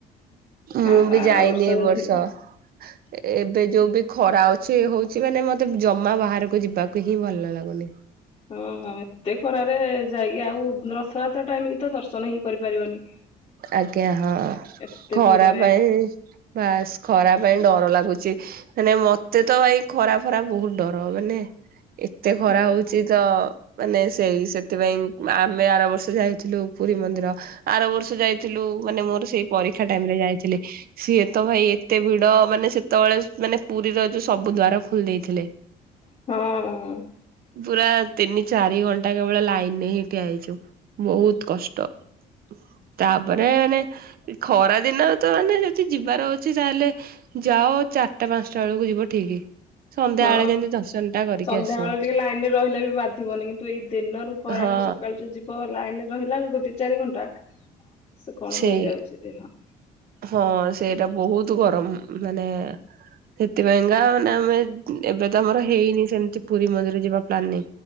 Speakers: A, on the right; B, on the left.
A: ମୁଁ
B: ଆଉ
A: ବି
B: ଆର
A: ଯାଇନି ଏ
B: ଯାଇଥିଲୁ
A: ବର୍ଷ।
B: <inaudible>
A: ଏବେ ଯୋଉ ବି ଖରା ଅଛି ହଉଛି ମାନେ ମତେ ଜମା ବାହାରକୁ ଯିବାକୁ ହିଁ ଭଲ ଲାଗୁନି।
B: ହଁ ଏତେ ଖରାରେ ଯାଇକି ଆଉ ରଥଯାତ୍ରା ଟାଇମ କି ତ ଦର୍ଶନ ହିଁ। କରିପାରିବନି।
A: ଆଜ୍ଞା ହଁ
B: ଏତେ
A: ଖରା
B: ଭିଡରେ
A: ପାଇଁ। ବାସ୍ ଖରା ପାଇଁ ଡର ଲାଗୁଛି। ହେନେ ମତେ ତ ଏଇ ଖରା ଫରା ବହୁତ ଡର ମାନେ ଏତେ ଖରା
B: ହୁଁ
A: ହଉଛି ତ ମାନେ। ସେଇ ସେଥିପାଇଁ ଆମେ ଆର ବର୍ଷ ଯାଇଥିଲୁ ପୁରୀ ମନ୍ଦିର। ଆର ବର୍ଷ ଯାଇଥିଲୁ ମାନେ ମୋର ସେଇ ପରୀକ୍ଷା ଟାଇମ ରେ ଯାଇଥିଲେି ସିଏ ତ ଭାଇ ଏତେ ଭିଡ ମାନେ ସେତେବେଳେ ମାନେ ପୁରୀର ଯୋଉ ସବୁ ଦ୍ୱାର ଖୋଲି ଦେଇେଇଥିଲେ।
B: ହଁ।
A: ପୁରା ତିନି ଚାରି ଘଣ୍ଟା କେବଳ ଲାଇନରେ ହେଇଠିଆ ହେଇଛୁ ବହୁତ କଷ୍ଟ ହ। ତାପରେ ମାନେ ଖରା ଦିନ ତ ମାନେ ଯଦି ଯିବାର ଅଛି ତାହେଲେ ଯାଅ। ଚାରିଟା ପାଞ୍ଚଟା ବେଳକୁ ଯିବ ଠିକ ସନ୍ଧ୍ୟା
B: ହଁ
A: ବେଳେ ଯେମିତି ଦର୍ଶନ ଟା କରିକି
B: ସନ୍ଧ୍ୟା
A: ଆସିବ
B: ବେଳେ ଟିକେ ଲାଇନ ରେ ରହିଲା ବି ବାଧିବନି କିନ୍ତୁ ଏଇ ଦିନରୁ ଖରାରୁ
A: ହଁ
B: ସକାଳୁ ଯୋ ଯିବ ଲାଇନରେ ରହିଲା ଲଳୋକ ଦି ଚାରି ଘଣ୍ଟା ସେ କଣ
A: ସେଇ
B: ହେଇଯାଉଛି ଦେହ।
A: ହଁ ସେଇଟା ବହୁତ ଗରମ ମାନେ ସେଥିପାଇଁକା ମାନେ ଆମେ ଏବେ ତ ଆମର ହେଇନି ସେମିତି ପୁରୀ ମନ୍ଦିର ପ୍ାନି